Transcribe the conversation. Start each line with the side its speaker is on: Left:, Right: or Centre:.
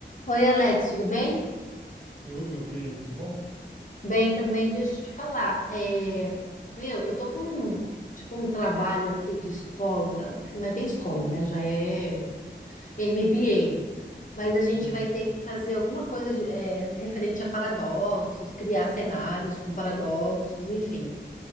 Left: Oi, Alex, tudo bem?
Right: Tudo? E aí, tudo bom?
Left: Bem também, deixa eu te falar. é, meu, eu tô com um- tipo um trabalho aqui de escola, não não é bem escola, né? Já é MBA, mas a gente
Right: Hum,
Left: vai ter que fazer alguma coisa de, é, referente a paradoxos, criar cenários com paradoxos, enfim.